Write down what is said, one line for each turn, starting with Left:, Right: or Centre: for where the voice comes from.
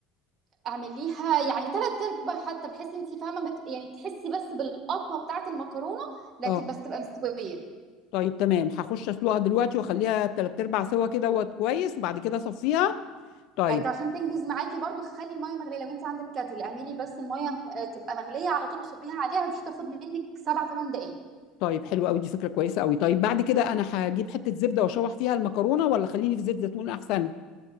Right: اعمليها يعني تلات ارباع حتى بحيث انت فاهمه ما ت- يعني تحسي بس بالقطمه بتاعه المكرونه لكن
Left: اه
Right: بس تبقى مستويه
Left: طيب تمام هخش اسلقها دلوقتي واخليها تلات ارباع سوا كده وقت كويس وبعد كده اصفيها طيب
Right: أنت عشان تنجز معاكي برضو خلي الميه مغليه لو انت عندك كاتل اعملي بس الميه م- آه، تبقى مغليه على طول وصبيها عليها مش تاخد منك سبع ثمان دقائق
Left: طيب حلو قوي دي فكره كويسه قوي طيب بعد كده انا هجيب حته زبده واشوح فيها المكرونه ولا خليني في زيت زيتون احسن